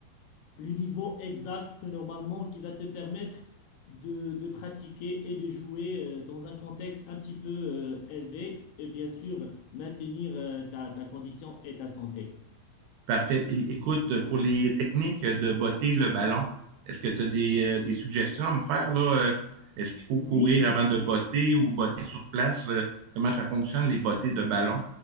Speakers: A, on the left; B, on the right.
A: le niveau exact que normalement qui va te permettre de, de pratiquer et de jouer euh, dans un contexte un petit peu euh, élevé et bien sûr maintenir euh, ta, ta condition et ta santé.
B: Parfait. Puis, écoute, pour les techniques de botter le ballon, est-ce que tu as des, euh, des suggestions à me faire là? Euh, Est-ce qu'il faut
A: Oui,
B: courir
A: bien
B: avant de
A: sûr.
B: botter ou botter sur place? Euh, Comment ça fonctionne, les bottées de ballon?